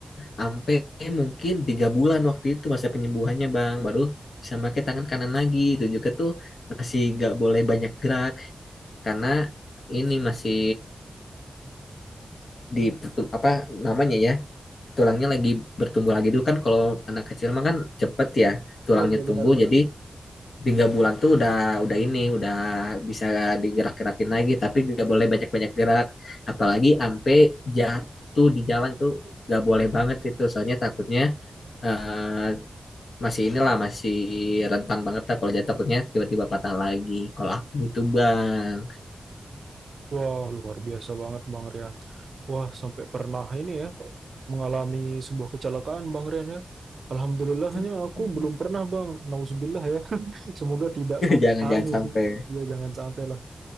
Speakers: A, on the left; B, on the right.
A: sampai mungkin tiga bulan waktu itu masa penyembuhannya bang baru bisa pakai tangan kanan lagi itu juga tuh masih gak boleh banyak gerak karena ini masih di pertum- apa namanya ya tulangnya lagi bertumbuh lagi dulu kan kalau anak kecil mah kan cepet ya tulangnya
B: Iya, iya
A: tumbuh
B: benar-benar.
A: jadi tiga bulan tuh udah udah ini udah bisa digerak-gerakin lagi tapi gak boleh banyak-banyak gerak apalagi ampe jatuh di jalan tuh gak boleh banget itu soalnya takutnya eh, masih inilah masih rentan banget lah kalau jatuh takutnya tiba-tiba patah lagi kalau aku gitu bang
B: Wah, luar biasa banget Bang Rian. Wah, sampai pernah ini ya mengalami sebuah kecelakaan Bang Rian ya. Alhamdulillahnya
A: <laughs>
B: aku belum pernah Bang. Nauzubillah ya. <laughs> Semoga tidak
A: jangan-jangan
B: alami
A: sampai
B: sih. Ya jangan sampai lah.